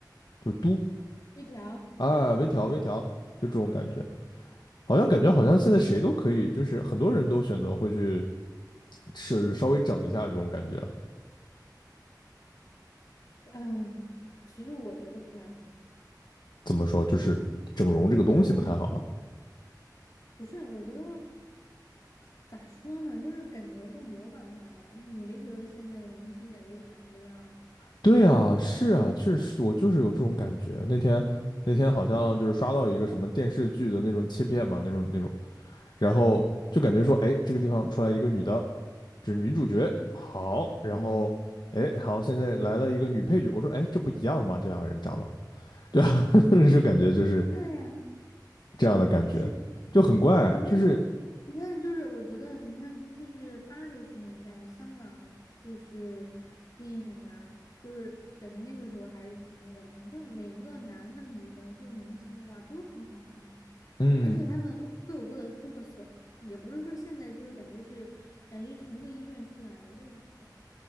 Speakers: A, on the left; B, on the left.
A: 就是嘟
B: 微调，
A: 啊微调微调，
B: 嗯
A: 就这种感觉。
B: 嗯
A: 好像感觉好像现在谁都可以，就是很多人都选择会去是稍微整一下这种感觉。
B: 嗯，呃其实我觉得不太好，
A: 怎么说，就是整容这个东西不太好嘛？
B: 因为不是，我觉得咋说呢，就是感觉就模板化了。你没觉得现在的明星感觉都长一个样儿吗？
A: 对啊，是啊，确实我就是有这种感觉。那天那天好像就是刷到一个什么电视剧的那种切片嘛，那种那种，
B: 嗯
A: 然后就感觉说，哎，这个地方出来一个女的，这女主角好，然后哎，
B: 嗯，
A: 好，现在来了一个女配角，我说，哎，这不一样吗？这两个人长得，对啊，<laughs> 就感觉就是
B: 对呀，
A: 这样的感觉，
B: 是，
A: 就很怪，
B: 你看。
A: 就是
B: 你看，就是我觉得，你看，就是八九十年代香港就是电影啊，就是感觉那个时候还是挺那个的嘛，就是每个男的、女的，就是明星，哇，都很好看，
A: 嗯，
B: 而且他们各有各的特色，也不是说现在就是感觉是感觉是同一个医院出来的，就是